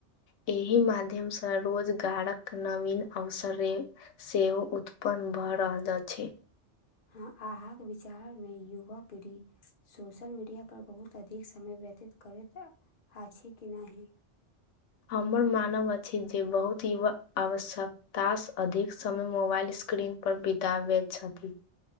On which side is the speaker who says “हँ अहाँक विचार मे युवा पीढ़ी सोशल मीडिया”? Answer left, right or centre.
Left